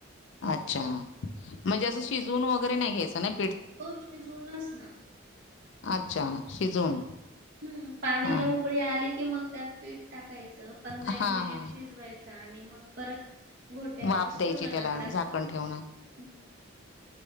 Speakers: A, on the left; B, on the right.
A: अच्छा म्हणजे असं शिजून वगैरे नाही घ्यायचं नाही
B: हो शिजवूनच ना.
A: अच्छा शिजवून.
B: हम्म पाणीला
A: हा
B: उकळी आली की मग त्यात पीठ टाकायचं पंधरा
A: हा
B: एक
A: हा
B: मिनिट शिजवाय चं आणि मग परत घोट्या
A: वाफ
B: असतो
A: द्यायची
B: ना लाकडाचा?
A: त्याला झाकण
B: हम्म.
A: ठेवून